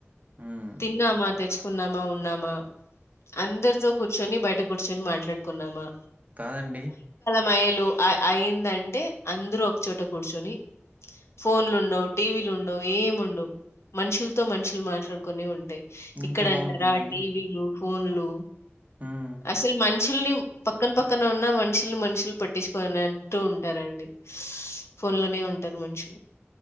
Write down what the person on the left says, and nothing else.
తిన్నామా, తెచ్చుకున్నామా, ఉన్నామా అందరితో కూర్చొని, బయట కూర్చొని మాట్లాడుకున్నామా
మైలు అయ్ అయిందంటే అందరు ఒకచోట కూర్చొని ఫోన్లు ఉండవు, టీవీలు ఉండవు, ఏం ఉండవు మనుషులతో మనుషులు మాట్లాడుకునే ఉంటాయి. ఇక్కడ
అంటారా టీవీలు, ఫోన్లు
అసలు మన్ మనుషుల్ని పక్కన్ పక్కన ఉన్నా మనుషుల్ మనుషులు పట్టించుకోనట్టూ ఉంటారండి. ఫోన్లనే ఉంటరు మనుషులు.